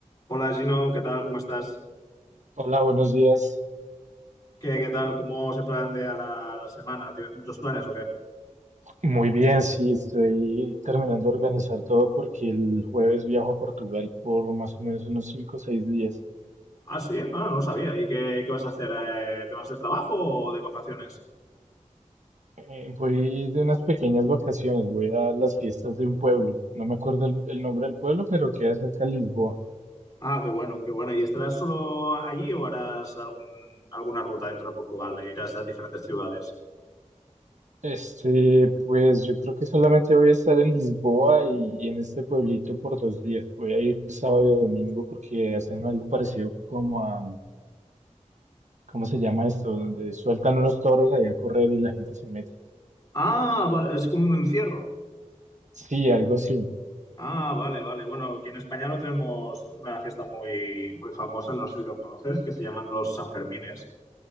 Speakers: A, on the left; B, on the right.
A: Hola Gino, ¿qué tal? ¿Cómo estás?
B: Hola, buenos días.
A: ¿Qué, qué tal? ¿Cómo se plantea la, la semana? ¿Tienes muchos planes o qué?
B: Muy bien, sí, estoy terminando de organizar todo porque el jueves viajo a Portugal por más o menos unos 5 o 6 días.
A: Ah, sí, ah, no lo sabía. ¿Y qué, qué vas a hacer? Eh, ¿Te vas de trabajo o de vacaciones?
B: Eh, voy de unas pequeñas vacaciones, voy a las fiestas de un pueblo. No me acuerdo el, el nombre del pueblo, pero queda cerca de Lisboa.
A: Ah, qué bueno, qué bueno. ¿Y estarás solo allí o harás algún- alguna ruta dentro de Portugal? e ¿Irás a diferentes ciudades?
B: Este, pues yo creo que solamente voy a estar en Lisboa y, y en este pueblito por dos días. Voy a ir sábado y domingo porque hacen algo parecido como a, ¿cómo se llama esto? Donde sueltan unos toros allá a correr y la gente se mete.
A: Ah, vale, es como un encierro.
B: Sí, algo así.
A: Ah, vale, vale. Bueno, aquí en España lo tenemos una fiesta muy, muy famosa, no sé si lo conoces, que se llaman los Sanfermines.